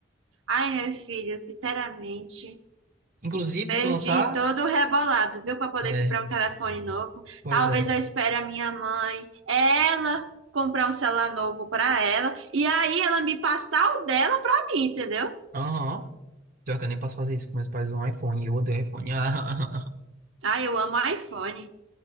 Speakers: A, on the right; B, on the right.
A: Ai, meu filho, sinceramente,
B: Inclusive,
A: perdi
B: se lançar.
A: todo o rebolado, viu, Pra poder
B: É,
A: comprar um telefone novo.
B: pois
A: Talvez
B: é.
A: eu espere a minha mãe, ela comprar um celular novo pra ela e aí ela me passar o dela pra mim, entendeu?
B: Aham. Pior que eu nem posso fazer isso, porque meus pais usam iPhone e eu odeio iPhone. <laughs> Ah,
A: Ai, eu amo iPhone.